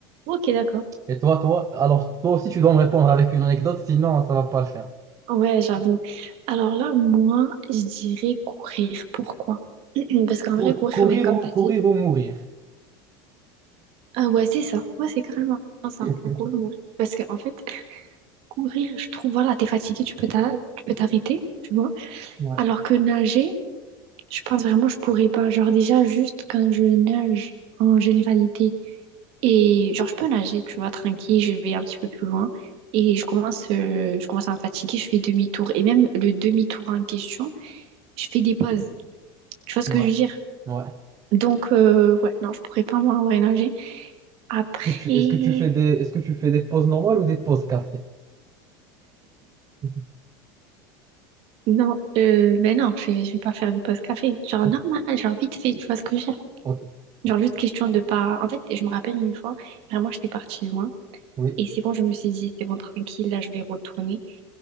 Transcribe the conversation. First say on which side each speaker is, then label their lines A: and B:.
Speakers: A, on the right (about 55°); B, on the right (about 30°).
A: OK, d'accord.
B: Et toi, toi, alors toi aussi, tu dois me répondre avec une anecdote, sinon ça va pas le faire.
A: Ouais, j'avoue. Alors là, moi, je dirais courir. Pourquoi? <clears throat> Parce qu'en
B: Cour-
A: vrai, courir,
B: courir
A: ben, comme
B: ou,
A: t'as
B: courir
A: dit,
B: ou mourir.
A: Ah ouais, c'est ça. Ouais, c'est carrément ça.
B: <laughs>
A: Le courir, mourir. Parce que, en fait, <laughs> courir, je trouve, voilà, t'es fatigué, tu peux t'a- tu peux t'arrêter, tu vois.
B: Ouais,
A: Alors que nager, je pense vraiment, je pourrais pas. Genre, déjà, juste quand je nage en généralité, et genre, je peux nager, tu vois, tranquille, je vais un petit peu plus loin. Et je commence, euh, je commence à me fatiguer, je fais demi-tour. Et même le demi-tour en question, je fais des pauses. Tu vois ce
B: ouais,
A: que je veux dire?
B: ouais.
A: Donc, euh, ouais, non, je pourrais pas, moi, en vrai, nager. Après.
B: Est-ce que tu, est-ce que tu fais des, est-ce que tu fais des pauses normales ou des pauses café? <laughs>
A: Non, euh, ben non, je vais, je vais pas faire des pauses café. Genre
B: Ok,
A: normal, genre vite fait, tu vois ce que je veux dire.
B: ok, ok.
A: Genre juste question de pas. En fait, je me rappelle une fois, vraiment, j'étais partie loin.
B: oui.
A: Et c'est bon, je me suis dit, c'est bon, tranquille, là, je vais retourner.